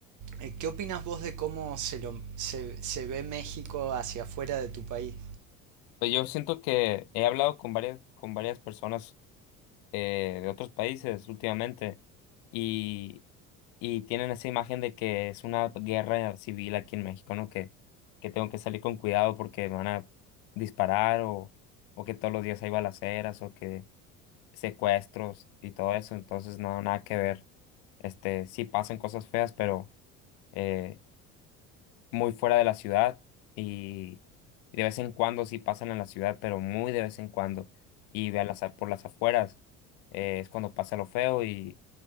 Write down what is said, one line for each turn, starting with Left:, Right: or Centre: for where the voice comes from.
Right: Eh, ¿Qué opinas vos de cómo se, lo- se- se ve México hacia afuera de tu país?
Left: Pero yo siento que he hablado con varias, con varias personas eh, de otros países últimamente y, y tienen esa imagen de que es una guerra civil aquí en México, ¿no? Que, que tengo que salir con cuidado porque me van a disparar o, o que todos los días hay balaceras o que secuestros y todo eso, entonces no, nada que ver. Este, sí pasan cosas feas, pero eh, muy fuera de la ciudad y de vez en cuando sí pasan en la ciudad, pero muy de vez en cuando. Y vean las, a- por las afueras eh, es cuando pasa lo feo y,